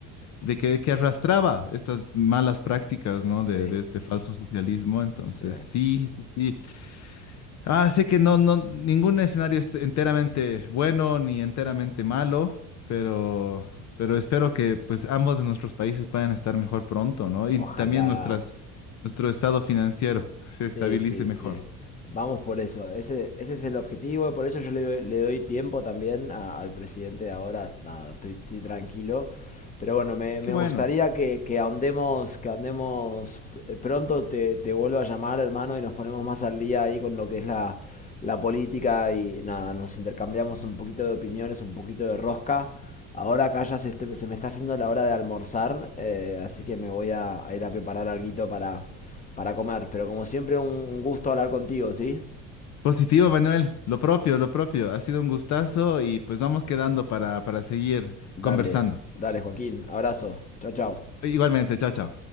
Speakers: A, on the left; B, on the left.
A: de que, que arrastraba estas malas prácticas, ¿no? De,
B: Sí,
A: de este falso socialismo. Entonces,
B: sí.
A: sí, sí, sí. Ah, sé que no, no, ningún escenario es enteramente bueno ni enteramente malo, pero, pero espero que pues ambos de nuestros países puedan estar mejor pronto, ¿no? Y
B: Ojalá.
A: también nuestras, nuestro estado financiero se
B: Sí,
A: estabilice
B: sí,
A: mejor.
B: sí. Vamos por eso. Ese, ese es el objetivo. Por eso yo le doy, le doy tiempo también a- al presidente de ahora. Nada, estoy, estoy tranquilo. Pero bueno, me,
A: Qué
B: me
A: bueno.
B: gustaría que, que ahondemos, que ahondemos eh, pronto. Te, te vuelvo a llamar, hermano, y nos ponemos más al día ahí con lo que es la, la política y nada, nos intercambiamos un poquito de opiniones, un poquito de rosca. Ahora acá ya se, este- se me está haciendo la hora de almorzar, eh, así que me voy a, a ir a preparar alguito para para comer. Pero como siempre, un gusto hablar contigo, ¿sí?
A: Positivo, Manuel. Lo propio, lo propio. Ha sido un gustazo y pues vamos quedando para, para seguir
B: Dale,
A: conversando.
B: dale, Joaquín. Abrazo. Chao, chao.
A: Igualmente, chao, chao.